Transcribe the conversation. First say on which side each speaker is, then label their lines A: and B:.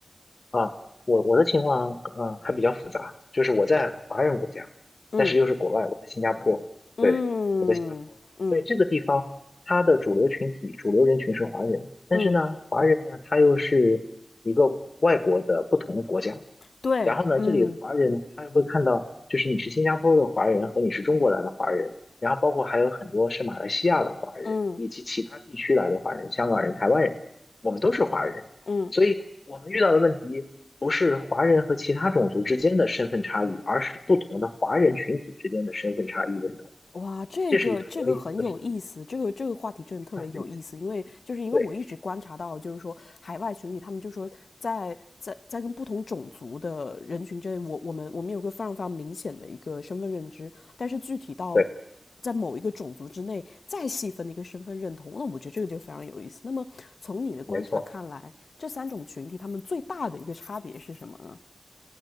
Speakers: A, on the left; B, on the left.
A: 啊，我我的情况嗯还比较复杂，就是我在华人国家，
B: 嗯
A: 但是又是国外，我在新加坡，
B: 嗯嗯
A: 对，我在新加坡，所以这个地方它的主流群体、主流人群是华人，但是呢，
B: 嗯，
A: 华人呢他又是一个外国的不同的国家，
B: 对，
A: 然后呢，
B: 嗯
A: 这里的华人呢，他会看到，就是你是新加坡的华人和你是中国来的华人，然后包括还有很多是马来西亚的华人，
B: 嗯
A: 以及其他地区来的华人，香港人、台湾人，我们都是华人，
B: 嗯。
A: 所以我们遇到的问题不是华人和其他种族之间的身份差异，而是不同的华人群体之间的身份差异认同，
B: 哇，这个这个很有意思，
A: 这是一个很有意思的事情，
B: 这个这个话题真的特别有意思，
A: 看着意思。
B: 因为就是因为我一直观察到，
A: 对
B: 就是说海外群体，他们就说在在在跟不同种族的人群之间，我我们我们有个非常非常明显的一个身份认知，但是具体到
A: 对，
B: 在某一个种族之内再细分的一个身份认同，那我觉得这个就非常有意思。那么从你的观察看来，
A: 没错。
B: 这三种群体他们最大的一个差别是什么呢？